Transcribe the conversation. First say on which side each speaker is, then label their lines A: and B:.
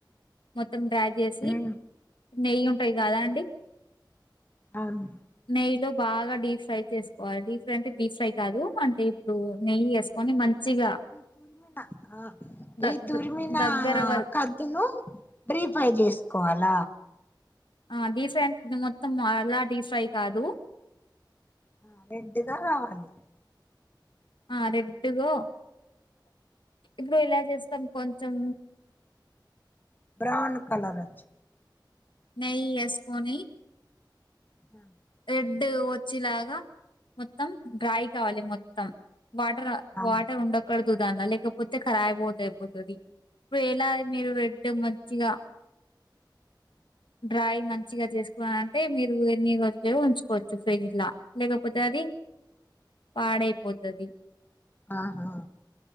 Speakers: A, on the left; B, on the left.
A: మొత్తం డ్రై చేసి,
B: ఉమ్
A: నెయ్యుం పై కదండి,
B: అవును
A: నెయ్యిలో బాగా డీప్ ఫ్రై చేసుకోవాలి. డీ ఫ్రై అంటే డీ ఫ్రై కాదు అంటే ఇప్పుడు, నెయ్యి ఏసుకొని మంచిగా
B: తుర్మిన ఆ
A: దగ్గ
B: ఈ తుర్మిన
A: దగ్గర వర
B: కద్దును బ్రీ ఫ్రై చేసుకోవాల?
A: ఆ డీ ఫ్రై అంటే, ఇది మొత్తం అలా డీ ఫ్రై కాదు.
B: ఆ రెడ్ గా రావాలి.
A: ఆ రెడ్ గో ఇప్పుడు ఇలా చేస్తాం కొంచెం
B: బ్రౌన్ కలర్ వ
A: నెయ్యి ఎస్కోని
B: ఆ
A: రెడ్ వచ్చేలాగా మొత్తం డ్రై కావాలి మొత్తం వాటర్
B: అవును
A: వాటర్ ఉండకూడదు దానిలో లేకపోతే ఖరాబ్ అయిపోతే అయిపోతుంది ఇప్పుడు ఎలా మీరు రెడ్డు మంచిగా డ్రై మంచిగా చేసుకున్నంటే మీరు ఎన్ని రోజు ఇలా ఉంచుకోవచ్చు ఫ్రిడ్జ్ లేకపోతే అది పాడైపోతా ది
B: ఆహా